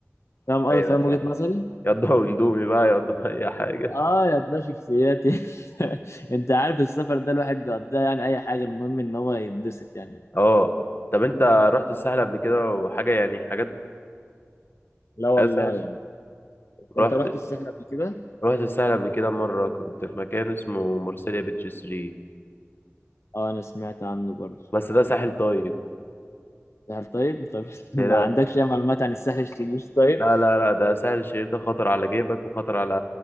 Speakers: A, on the left; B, on the left.
A: فاهم قصدي
B: ايوه
A: فاهم وجهة
B: فاهم
A: نظري؟
B: يقضوا اندومي <laughs> بقى يقضوا اي حاجه
A: اه يا ده شخصيات <laughs> انت عارف السفر ده الواحد بيقضيها يعني اي حاجه المهم ان هو يتبسط يعني
B: اه طب انت رحت الساحل قبل كده وحاجه يعني حاجات
A: لا والله
B: حاجات سهل
A: يعني
B: رحت
A: انت رحت الساحل قبل كده
B: رحت الساحل قبل كده مره كنت في مكان اسمه مرسيليا بيتش 3
A: اه انا سمعت عنه برضه
B: بس ده ساحل طيب
A: الساحل طيب طب <laughs> ما
B: لا
A: عندكش اي معلومات عن الساحل الشرير طيب
B: لا لا لا ده ساحل الشرير ده خطر على جيبك وخطر على